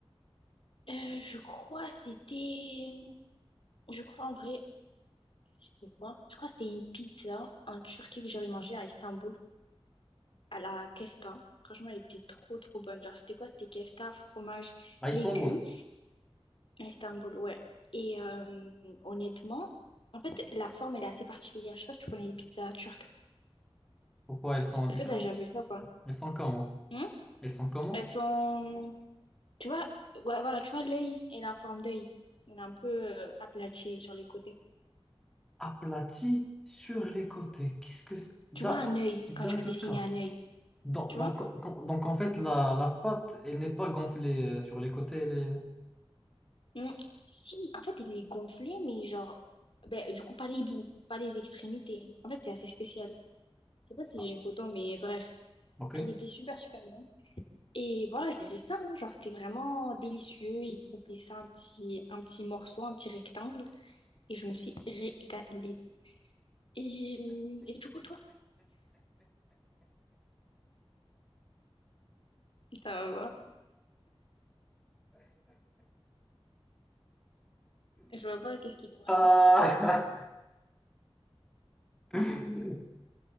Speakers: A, on the left; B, in the centre.
A: Euh, je crois c'était... Je crois en vrai... C'était quoi? Je crois que c'était une pizza en Turquie que j'avais mangée à Istanbul, à la kefta. Franchement, elle était trop, trop bonne. Genre, c'était quoi? C'était kefta, fromage,
B: à Istanbul,
A: légumes, à Istanbul, ouais. Et euh, honnêtement, en fait, la forme, elle est assez particulière. Je sais pas si tu connais les pizzas turques.
B: pourquoi elles sont différentes?
A: Est-ce que t'as déjà vu ça ou pas?
B: Elles sont comment?
A: Hmm
B: Elles sont comment?
A: Elles sont... Tu vois, ouais, voilà, tu vois l'œil, elle est en forme d'œil. Elle est un peu euh, aplatie sur les côtés.
B: Aplaties sur les côtés. Qu'est-ce que c'est Da-
A: Tu vois un œil
B: D'accord.
A: quand tu vas dessiner un œil,
B: Donc,
A: tu
B: donc,
A: vois?
B: donc- donc, en fait, la, la pâte, elle n'est pas gonflée euh, sur les côtés. elle est-
A: Hmm. Si, en fait, elle est gonflée, mais genre... Ben, du coup, pas les bouts, pas les extrémités. En fait, c'est assez spécial. Je sais pas si
B: Ah,
A: j'ai une photo, mais bref.
B: ok.
A: Elle était super, super bien. Et voilà, je dirais ça, hein, genre c'était vraiment délicieux. Ils coupaient ça un petit, un petit morceau, un petit rectangle. Et je me suis régalée. Et, hum, et du coup, toi, ça va pas. Je vois pas qu'est-ce qu'il y a
B: Ah.
A: là.
B: <laughs>